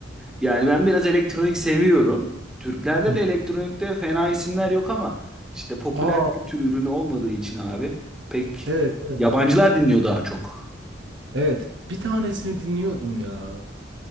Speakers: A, in the centre; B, on the right (about 70°).
A: Yani ben biraz elektronik seviyorum. Türklerde
B: Hı.
A: de elektronikte fena isimler yok ama işte popüler
B: Aa
A: kültür ürünü olmadığı için abi pek
B: evet evet.
A: yabancılar dinliyor daha çok.
B: Evet. Bir tanesini dinliyordum ya.